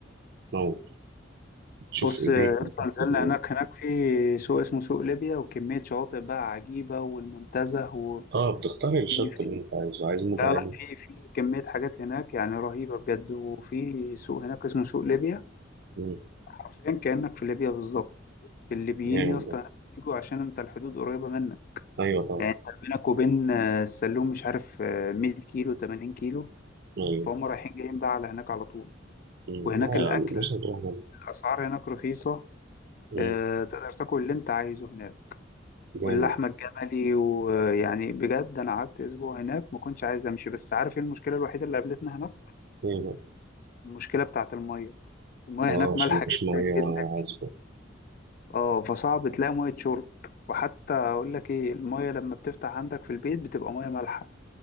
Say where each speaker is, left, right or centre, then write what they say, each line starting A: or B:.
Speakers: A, on the right (about 55°); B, on the left (about 45°).
A: بتموت شوف
B: بص
A: ايديك
B: يا
A: بتاعت
B: اسطى نزلنا
A: جوه
B: هناك هناك في سوق اسمه سوق ليبيا وكمية شواطئ بقى عجيبة والمنتزه وفي
A: اه بتختار الشط
B: في
A: اللي انت عايزه عايز موج
B: لا
A: عالي
B: لا في في كمية حاجات هناك يعني رهيبة بجد وفي سوق هناك اسمه سوق ليبيا
A: مم،
B: حرفيا كأنك في ليبيا بالظبط الليبيين
A: جامد
B: يا اسطى
A: ده
B: هناك بيجوا عشان انت الحدود قريبة منك
A: ايوه طبعا
B: يعني انت بينك وبين آه، السلوم مش عارف آه، 100 كيلو 80 كيلو
A: ايوه
B: فهم رايحين جايين بقى على هناك على طول
A: مم،
B: وهناك
A: لا
B: الاكل
A: مش هتروح ده
B: الاسعار هناك رخيصه
A: مم،
B: آه، تقدر تاكل اللي انت عايزه هناك
A: جامد
B: واللحمه
A: ده.
B: الجملي ويعني بجد انا قعدت اسبوع هناك ما كنتش عايز امشي بس عارف ايه المشكله الوحيده اللي قابلتنا هناك
A: ايه بقى
B: المشكله بتاعت الميه الميه
A: اه
B: هناك
A: عشان
B: مالحه
A: مفيش
B: جدا
A: ميه
B: جدا
A: عذبه
B: اه فصعب تلاقي ميه شرب وحتى اقول لك ايه الميه لما بتفتح عندك في البيت بتبقى ميه مالحه